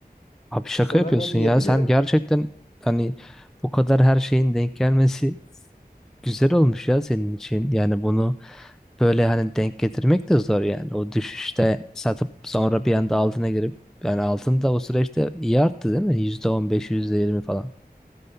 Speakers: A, in the centre; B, on the left.
A: Abi şaka
B: Sana
A: yapıyorsun
B: ne diyebilirim?
A: ya. Sen gerçekten hani bu kadar her şeyin denk gelmesi güzel olmuş ya senin için. Yani bunu böyle hani denk getirmek de zor yani. O düşüşte satıp sonra bir anda altına girip yani altın da o süreçte iyi arttı değil mi? %15, yirmi falan.